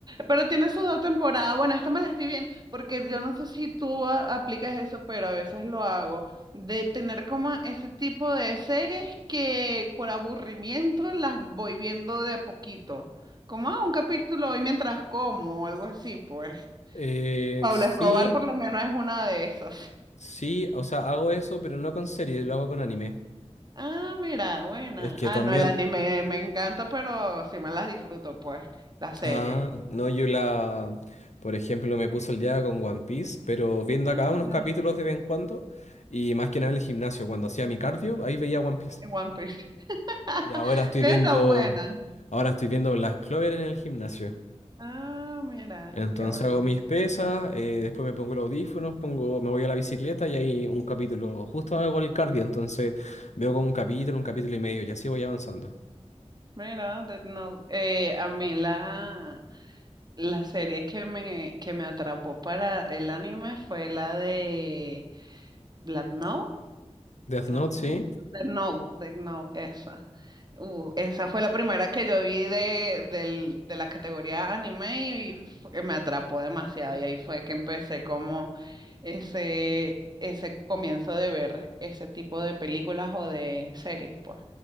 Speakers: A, on the right; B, on the left.
A: Pero tiene su dos temporadas. Bueno, esta me la estoy viendo, porque yo no sé si tú a- aplicas eso, pero a veces lo hago, de tener como ese tipo de series que por aburrimiento las voy viendo de a poquito. Como ah, un capítulo hoy mientras como o algo así, pues.
B: Eh,
A: Pablo
B: sí,
A: Escobar por lo menos es una de esas. <laughs>
B: sí, o sea, hago eso, pero no con series, lo hago con anime.
A: Ah, mira, buena.
B: Es que
A: Ah,
B: también,
A: no, el anime me encanta, pero sí me las disfruto, pues, la serie.
B: ah, no, yo la, por ejemplo, me puso el día con One Piece, pero viendo
A: Ah,
B: acá unos
A: mira.
B: capítulos de vez en cuando, y más que nada en el gimnasio, cuando hacía mi cardio, ahí veía One Piece.
A: En One Piece. <laughs>
B: Y ahora estoy
A: Que
B: viendo,
A: Está buena.
B: ahora estoy viendo Black Clover en el gimnasio.
A: Ah, mira,
B: Entonces
A: qué buena.
B: hago mis pesas, eh, después me pongo los audífonos, pongo, me voy a la bicicleta y hay un capítulo. Justo hago el cardio, entonces veo como un capítulo, un capítulo y medio, y así voy avanzando.
A: Mira, Death Note. Eh, a mí la, la serie que me, que me atrapó para el anime fue la de Black Note.
B: Death
A: Black
B: Note,
A: No,
B: sí,
A: de No, de No, esa. Uh, esa fue la primera que yo vi de, del- de la categoría anime y fu- eh, me atrapó demasiado. Y ahí fue que empecé como ese, ese comienzo de ver ese tipo de películas o de series, pues.